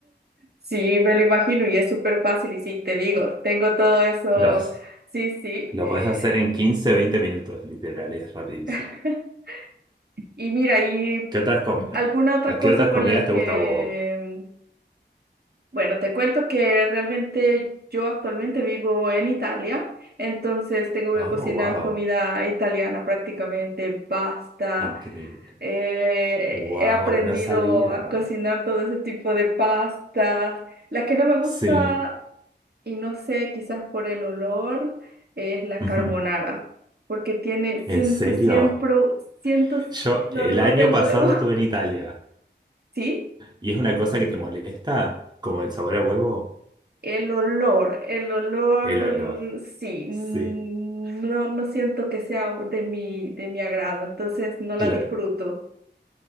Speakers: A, on the right; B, on the right.
A: Sí, me lo imagino y es súper fácil y sí, te digo, tengo todo eso.
B: Lo haces.
A: Sí, sí.
B: Lo
A: eh,
B: podés hacer en 15 20 minutos, literal, es rapidísimo.
A: <laughs> Y mira, ¿y
B: ¿Qué otras comidas,
A: alguna otra
B: ¿A
A: cosa
B: qué otras
A: con
B: comidas
A: la
B: te
A: que...
B: gusta a vos?
A: Bueno, te cuento que realmente yo actualmente vivo en Italia, entonces tengo
B: Oh,
A: que cocinar
B: wow,
A: comida italiana prácticamente, pasta.
B: increíble.
A: eh,
B: Wow,
A: he aprendido
B: no sabía.
A: a cocinar todo ese tipo de pastas. La que no me gusta,
B: Sí.
A: y no sé, quizás por el olor, es la
B: ujú.
A: carbonara, porque tiene,
B: ¿En
A: siento
B: serio?
A: siempre, siento
B: Yo
A: el
B: el
A: olor
B: año
A: del
B: pasado
A: huevo,
B: estuve en Italia
A: <laughs> ¿sí?
B: y es una cosa que te molesta, como el sabor a huevo,
A: El olor, el olor,
B: el olor.
A: sí,
B: Sí,
A: mm, no, no siento que sea de mi, de mi agrado, entonces no la
B: claro.
A: disfruto.